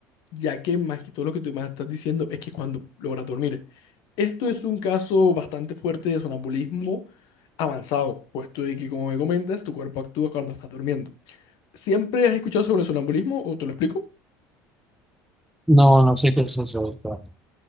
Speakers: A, on the left (about 65°); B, in the centre.
A: ya que más que todo lo que tú me estás diciendo es que cuando logras dormir. Esto es un caso bastante fuerte de sonambulismo avanzado, puesto de que, como me comentas, tu cuerpo actúa cuando estás durmiendo. ¿Siempre has escuchado sobre el sonambulismo o te lo explico?
B: No, no sé qué es eso, doctor.